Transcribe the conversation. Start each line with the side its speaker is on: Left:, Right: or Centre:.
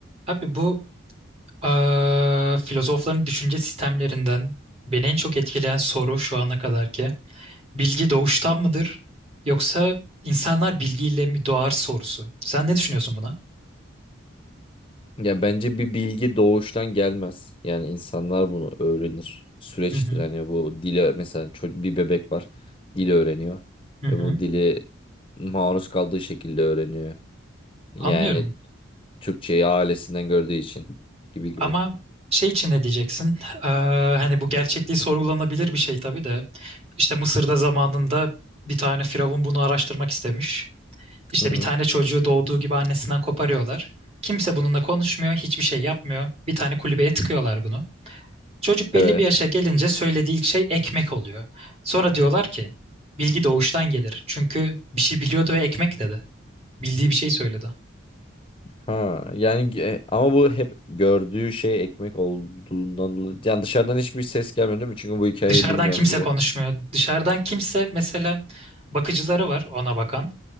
Right: Abi bu eee, filozofların düşünce sistemlerinden beni en çok etkileyen soru şu ana kadar ki bilgi doğuştan mıdır yoksa insanlar bilgiyle mi doğar sorusu. Sen ne düşünüyorsun buna?
Left: Ya bence bir bilgi doğuştan gelmez. Yani insanlar bunu öğrenir. Süreçtir.
Right: Hı hı.
Left: Hani bu dili mesela ço- bir bebek var. Dili öğreniyor.
Right: Hı hı.
Left: Ve bu dili maruz kaldığı şekilde öğreniyor. Yani
Right: Anlıyorum.
Left: Türkçeyi ailesinden gördüğü için gibi gibi.
Right: Ama şey için ne diyeceksin? Eee, hani bu gerçekliği sorgulanabilir bir şey tabii de. İşte Mısır'da zamanında bir tane firavun bunu araştırmak istemiş. İşte
Left: Hı hı.
Right: bir tane çocuğu doğduğu gibi annesinden koparıyorlar. Kimse bununla konuşmuyor, hiçbir şey yapmıyor. Bir tane kulübeye tıkıyorlar bunu. Çocuk
Left: Evet.
Right: belli bir yaşa gelince söylediği ilk şey ekmek oluyor. Sonra diyorlar ki bilgi doğuştan gelir. Çünkü bir şey biliyordu ve ekmek dedi. Bildiği bir şey söyledi.
Left: Ha yani ge- ama bu hep gördüğü şey ekmek olduğundan dolayı- yani dışarıdan hiçbir ses gelmiyor değil mi? Çünkü bu hikayeyi
Right: Dışarıdan
Left: bilmiyorum
Right: kimse
Left: gibi.
Right: konuşmuyor. Dışarıdan kimse mesela bakıcıları var ona bakan.